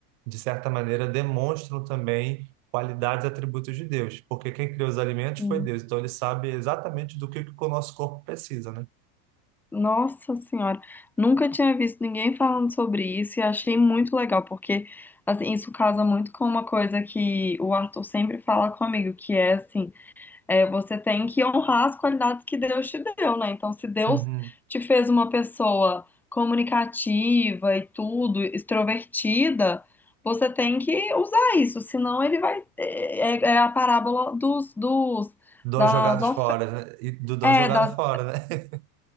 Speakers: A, on the right; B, in the centre.
A: de certa maneira, demonstram também qualidades e atributos de Deus, porque quem criou os alimentos
B: Hum.
A: foi Deus, então ele sabe exatamente do que, que o nosso corpo precisa, né?
B: Nossa Senhora, nunca tinha visto ninguém falando sobre isso e achei muito legal, porque, assim, isso casa muito com uma coisa que o Arthur sempre fala comigo, que é, assim, É, você tem que honrar as qualidades que Deus te deu, né? Então, se Deus
A: Uhum.
B: te fez uma pessoa comunicativa e tudo, extrovertida, você tem que usar isso, senão ele vai. É, é a parábola dos, dos,
A: Dons
B: das,
A: jogados
B: of...
A: fora, né? E do dom
B: é,
A: jogado
B: das
A: fora, né? <laughs>